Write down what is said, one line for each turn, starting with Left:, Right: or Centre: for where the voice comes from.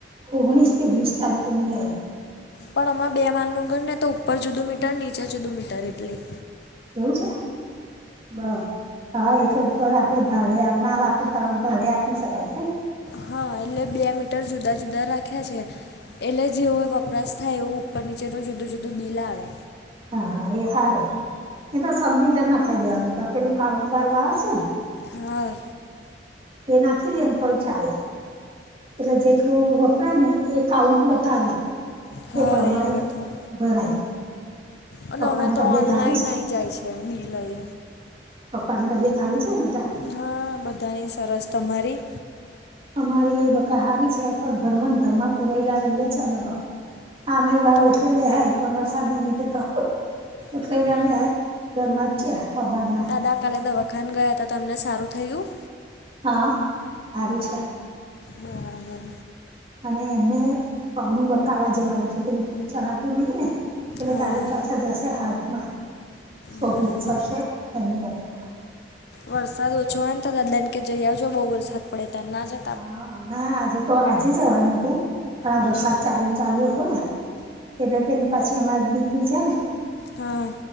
Right: ઓગણીસ કે વીસ તારીખે મલાાય.
Left: પણ આમા બે માલનુંું ઘર ને તો ઉપર જુદું મીટર નીચે જુદુ મીટર એટલી.
Right: એવું છે બ. હા એટલે ઉપર આપડે ભાડે ના વાપરતા હોય ભાડે આપી શકાય છે.
Left: હા એટલે બે મીટર જુદા જુદા રાખ્યા છે. એટલે જે હોય વપરાશ થાય એવું ઉપર નીચેનું જુદું જુદું બિલ આવે.
Right: હા એ હારું એ તો સબમિટર નખાઈ દેવાનું મ પેલું કાઉન્ટ વાળું આવશે ને
Left: હા.
Right: એ નાખી દેને તોએ ચાલે. એટલે જેટલું વપરાય ને એ કાઉન્ટ બતાવે
Left: હા
Right: હે પ્રમાણે
Left: એ બધા.
Right: ભરાય.
Left: અને
Right: પપ્પાની
Left: હવે તો
Right: તબિયત
Left: ઓનલાઈન
Right: હારી છે
Left: આઈ જાય છે બિ લઈ.
Right: પપ્પા ની તબિયત હારી છે બેટા.
Left: હા બધાની સરસ તમારી
Right: અમારી એ બકા હારી છે પણ ઘરમાં ઘરમાં પુરાયેલા રહીએ છી અમે તો આ એ બાર
Left: તો
Right: ઉઠલેને હાય પણ વરસાદ ના લીધ તો. ઉઠલાય
Left: હમ
Right: ના બેહાય ઘરમાં છે હવારના.
Left: દા કાલે દવા. ખાન ગયા હતા તો તમને સારું થયું.
Right: હા હારું છે.
Left: બરાબર.
Right: અને એમને પગડું બતાવવા જેવાનું છે પ ચલાતું નહી ને. એટલે
Left: હા.
Right: કાલે પાછા જશે હારથમાં શભી
Left: બરાબર.
Right: થશે એમને બતાવા
Left: વરસાદ ઓછો હોય તો દાદાને કે જઈ આવજો બહુ વરસાદ પડે તાર ના જ.
Right: હા ના આજે તો આજ જવાનું હતું પણ આ
Left: હમ
Right: વરસાદ ચાલુ ને ચાલુ. હો ને એટલે પેલી પાછી અમારી દીકરી છે ને
Left: હા